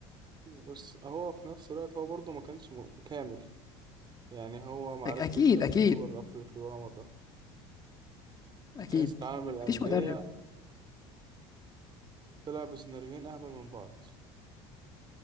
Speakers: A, on the right (about 35°); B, on the left (about 30°).
A: بس هو في نفس الوقت هو برضه ما كانش م- كامل يعني هو ما عرفش
B: أ- اكيد
A: يكسب
B: اكيد
A: السوبر الأفريقي ولا مرة
B: اكيد
A: كأس العالم للأندية
B: مفيش مدرب
A: طلع بسيناريوهين أهبل من بعض